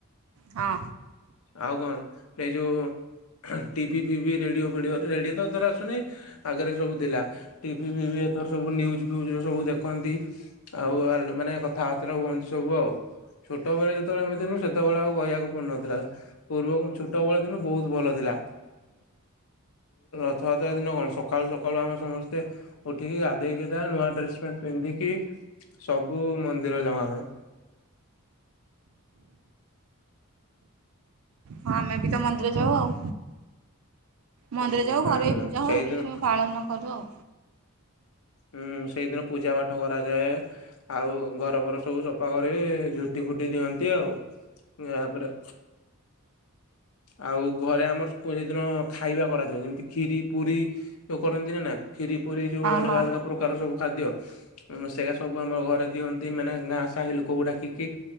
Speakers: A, on the right; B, on the left.
A: ହଁ
B: ଆଉ କଣ ଏ ଯୋଉ ଟିଭି ଫିଭି ରେଡିଓ ଫେଡିଓ ରେଡି ଆସୁନି ଆଗରେ ସବୁ ଥିଲା ଟିଭି ଫିଭି ଏଥର ସବୁ ନ୍ୟୁଜ ଫିଜ ସବୁ ଦେଖନ୍ତି ଆଉ ମାନେ କଥାବାର୍ତ୍ତା ହୁଅନ୍ତି ସବୁ ଆଉ। ଛୋଟବେଳେ ଯେତେବେଳେ ଆମେ ଥିଲୁ ସେତେବେଳେ ଆଉ କହିବାକୁ ପଡୁନଥିଲା। ପୂର୍ବ ଛୋଟବେଳେଥିଲୁ ବହୁତ ଭଲ ଥିଲା ରଥଯାତ୍ରା ଦିନ କଣ ସକାଳୁ ସକାଳୁ ଆମେ ସମସ୍ତେ ଉଠିକି ଗାଧେଇକି ସିଧା ନୂଆ ଡ୍ରେସ ପ୍ୟାଣ୍ଟ ପିନ୍ଧିକି ସବୁ ମନ୍ଦିର ଯାଉ ଆମେ।
A: ହଁ ଆମେ ବି ତ ମନ୍ଦିର ଯାଉ ଆଉ। ମନ୍ଦିର ଯାଉ
B: ହୁଁ
A: ଘରେ ବି ପୂଜା
B: ସେଇଦିନ
A: ହୁଏ ଏମିତିସବୁ ପାଳନ କରୁ ଆଉ।
B: ହୁଁ ସେଇଦିନ ପୂଜା ପାଠ କରାଯାଏ। ଆଉ ଘରଫର ସବୁ ସଫା କରି ଝୋଟି ଫୋଟି ଦିଅନ୍ତି ଆଉ। ତାପରେ ଆଉ ଘରେ ଆମର ସେଦିନ ଖାଇବା କରାଯାଏ ଯେମିତି କ୍ଷୀରି, ପୁରୀ ଯୋଉ କରନ୍ତିନିନା କ୍ଷୀରି, ପୁରୀ ଯୋଉ
A: ହଁ
B: ଅଲଗା
A: ହଁ
B: ଅଲଗା ପ୍ରକାର ସବୁ ଖାଦ୍ୟ ସେଇଟା ସବୁ ଆମ ଘରେ ଦିଅନ୍ତି ମାନେ ଗାଁ ସାହି ଲୋକକୁ ଡାକିକି